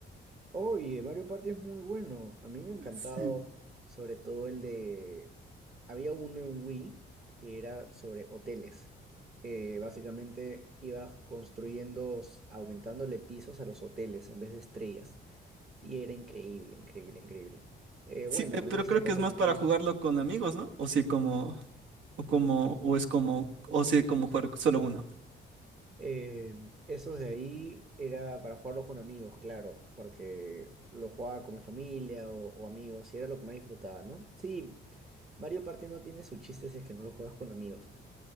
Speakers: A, on the right; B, on the right.
A: Oye, Mario Party es muy bueno. A mí me ha encantado,
B: Sí.
A: sobre todo el de... Había uno en Wii que era sobre hoteles. Eh, básicamente ibas construyendo, s- aumentándole pisos a los hoteles en vez de estrellas. Y era increíble, increíble, increíble. Eh,
B: Sí,
A: bueno,
B: eh, pero
A: en esa
B: creo
A: época
B: que es más
A: también...
B: para jugarlo con amigos, ¿no? O si como, o como, o es como, o si como jugar solo uno.
A: Eh, esos de ahí era para jugarlos con amigos, claro, porque lo jugaba con mi familia o, o amigos y era lo que más disfrutaba, ¿no? Sí, Mario Party no tiene su chiste si es que no lo juegas con amigos.